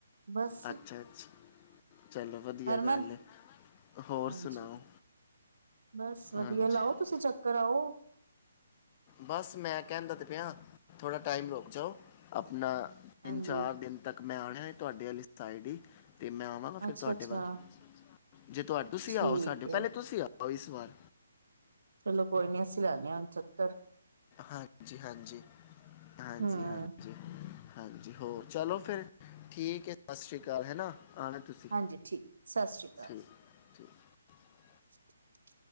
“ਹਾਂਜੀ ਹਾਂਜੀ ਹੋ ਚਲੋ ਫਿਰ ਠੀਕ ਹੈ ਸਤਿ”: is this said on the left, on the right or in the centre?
Left